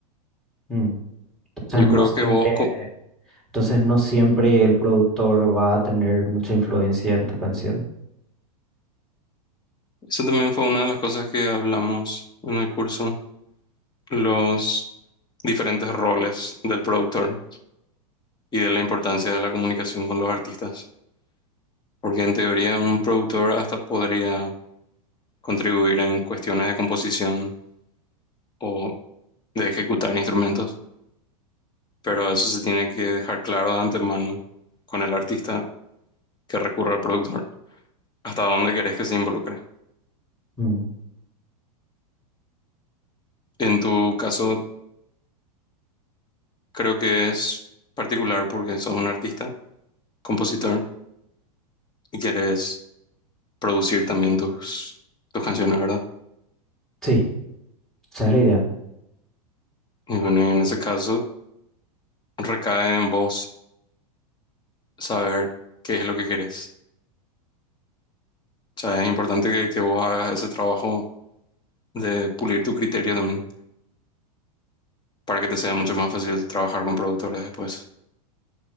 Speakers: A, in the centre; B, on the left.
A: Mm. Entonces
B: Yo creo
A: no siempre,
B: que vos, co-
A: entonces no siempre el productor va a tener mucha influencia en tu canción.
B: eso también fue una de las cosas que hablamos en el curso, los diferentes roles del productor y de la importancia de la comunicación con los artistas, porque en teoría un productor hasta podría contribuir en cuestiones de composición o de ejecutar instrumentos, pero eso se tiene que dejar claro de antemano con el artista que recurre al productor, hasta dónde querés que se involucre.
A: Mm.
B: En tu caso, creo que es particular porque sos un artista compositor y quieres producir también tus, tus canciones, ¿verdad?
A: Sí, esa es la idea.
B: Y bueno, y en ese caso recae en vos saber qué es lo que querés. O sea, es importante que, que vos hagas ese trabajo de pulir tu criterio también para que te sea mucho más fácil trabajar con productores después.